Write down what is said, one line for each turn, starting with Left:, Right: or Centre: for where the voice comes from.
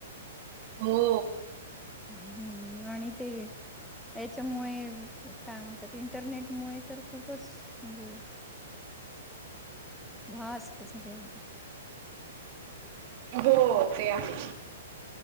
Right: हो.
Centre: हम्म आणि ते याच्यामुळे काय म्हणतात इंटरनेट मुळे तर खूपच म्हणजे फास्ट झालीये.
Right: हो ते आहे.